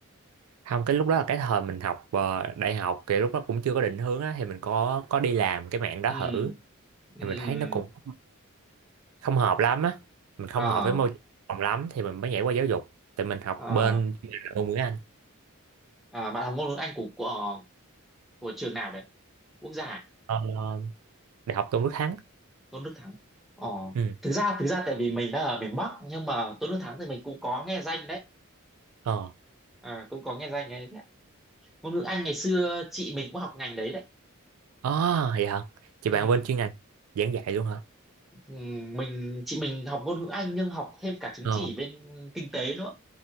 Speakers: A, on the right; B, in the centre.
A: không cái lúc đó là cái thời mình học ờ, đại học thì lúc đó cũng chưa có định hướng á thì mình có có đi làm cái mạng đó
B: ừ
A: thử
B: ừ
A: thì
B: ừ,
A: mình
B: ừ.
A: thấy nó cũng không hợp lắm á mình không
B: ờ
A: hợp với môi trường phòng lắm thì mình mới nhảy qua giáo dục tại mình học
B: ờ
A: bên chuyên ngành ngôn ngữ Anh
B: à, bạn học ngôn ngữ Anh của của, ờ, của trường nào đấy quốc gia à?
A: ờ, đại học Tôn Đức Thắng
B: Tôn Đức Thắng ờ
A: ừ
B: thực ra thực ra tại vì mình đang ở miền Bắc nhưng mà Tôn Đức Thắng thì mình cũng có nghe danh đấy
A: ờ
B: à, cũng có nghe danh đấy, đấy. ngôn ngữ Anh ngày xưa chị mình cũng học ngành đấy đấy
A: à, vậy hả chị
B: ừ,
A: bạn bên chuyên ngành giảng dạy luôn hả
B: ừ, mình chị mình học ngôn ngữ Anh nhưng học thêm cả chứng
A: ờ
B: chỉ bên kinh tế nữa